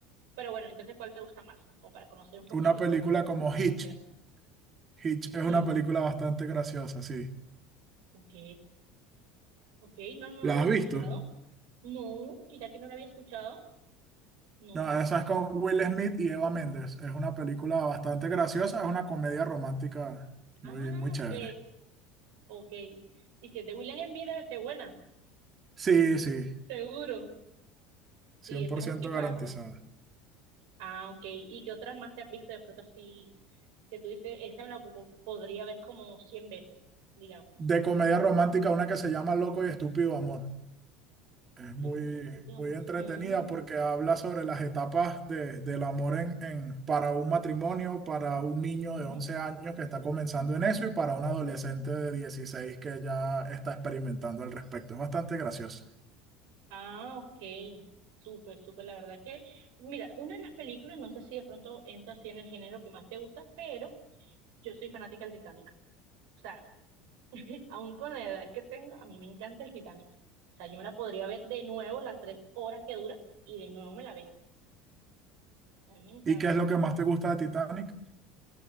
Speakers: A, on the right; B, on the right.
A: Pero bueno, entonces, ¿cuál te gusta más? Como para conocer un poquito
B: Una película
A: cuál
B: como
A: podemos
B: Hitch.
A: ver.
B: Hitch es
A: Hitch,
B: una película bastante graciosa, sí.
A: ok, ok, no, no, no
B: ¿La
A: lo había
B: has
A: escuchado.
B: visto?
A: No, mira que no lo había escuchado. No.
B: No, esa es con Will Smith y Eva Méndez. Es una película bastante graciosa, es una comedia romántica
A: Ah,
B: muy, muy chévere.
A: ok, ok. Y si es de William Smith, debe ser buena.
B: Sí, sí.
A: Seguro,
B: cien
A: sí, ese
B: por
A: es
B: ciento
A: un tipazo.
B: garantizada.
A: Ah, ok. ¿Y qué otras más te has visto de pronto así que tú dices, esa me la po- podría ver como 100 veces, digamos?
B: De comedia romántica, una que se llama Loco y Estúpido Amor. Es
A: Lo
B: muy,
A: que digamos.
B: muy entretenida
A: Mm,
B: porque habla sobre las etapas de- del amor en, en- para un matrimonio, para un niño
A: ujú.
B: de 11 años que está comenzando en eso y para un adolescente de 16 que ya está experimentando al respecto. Es bastante gracioso.
A: Ah, ok. Súper, súper. La verdad que, mira, una de las películas, no sé si de pronto entra así en el género que más te gusta, pero yo soy fanática del Titanic. O sea, <laughs> aún con la edad que tengo, a mí me encanta el Titanic. O sea, yo me la podría ver de nuevo las tres horas que dura y de nuevo me la veo. a mí me encanta.
B: ¿Y qué es lo que más te gusta de Titanic?